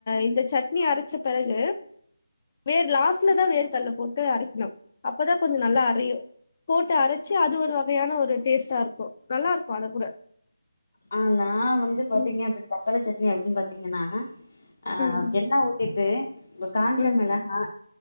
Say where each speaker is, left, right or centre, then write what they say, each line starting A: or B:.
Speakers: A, on the left; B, on the left.
A: இந்த சட்னி அரைச்ச பிறகு வேர் லாஸ்ட்ல தா வேர் கல்ல போட்டு அரைக்கணும் அப்பதா கொஞ்சம் நல்லா அறையும் போட்டு அரைச்சு அது ஒரு வகையான ஒரு டேஸ்ட்டா இருக்கும் நல்லா இருக்கும் அத கூட
B: ஆ நா வந்து பாத்தீங்கன்னா
A: ம்
B: இப்படி தக்காளி சட்னி அப்படின்னு பாத்தீங்கன்னா அ
A: ம்
B: என்ன ஊ த்திட்டு இப்ப காஞ்ச
A: ம்
B: மிளகா